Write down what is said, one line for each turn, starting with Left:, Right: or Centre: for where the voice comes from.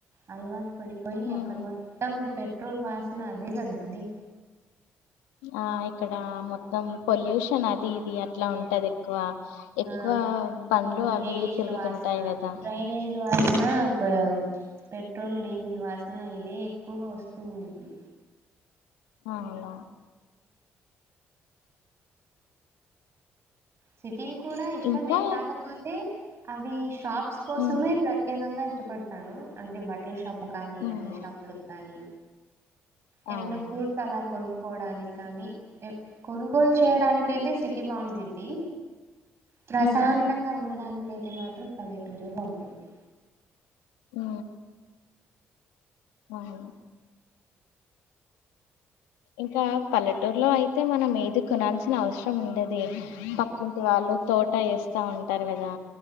Right: అలవాటు పడిపోయి
Left: ఉమ్.
Right: అక్కడ మా మొత్తం. పెట్రోల్ వాసన అదే కదండి.
Left: ఆ ఇక్కడ మొత్తం. పొల్యూషన్ అది ఇది అట్లా ఉంటది. ఎక్కువ ఎక్కువ
Right: ఆ
Left: బండ్లు
Right: డ్రైనేజీల
Left: అవి ఇవి తిరుగుతుంటాయి
Right: వాసన
Left: కదా
Right: డ్రైనేజీల వాసన పావ్ పెట్రోల్ డీజిల్ వాసన ఇదే ఎక్కువగా వస్తు ఉండిద్ది.
Left: అలా
Right: సిటీలు కూడా ఇష్టమే
Left: ఇంకా
Right: కాకపోతే అవి షాప్స్ కోసమే
Left: ఉమ్,
Right: ప్ర ఏకంగా ఇష్టపడతాను అంటే బట్టల షాప్ కానీ
Left: ఉమ్,
Right: నగల షాపులకు కానీ ఏమన్నా
Left: అవును
Right: ఫూడ్ అలా కొనుక్కోవడానికి కాని ఏమ్ కొనుగోలు చేయడానికి అయితే సిటీ బాగుండిద్ది. ప్రశాంతంగా
Left: ఉమ్,
Right: ఉండడానిక అయితే మాత్రం పల్లెటూరే బాగుండిద్ది.
Left: ఉ ఆ హ ఇంకా పల్లెట్ టూరులో అయితే మనం ఏది కొనాల్సిన అవసరం ఉండది పక్కింటి వాళ్ళు తోట వేస్త వస్తా ఉంటారు కదా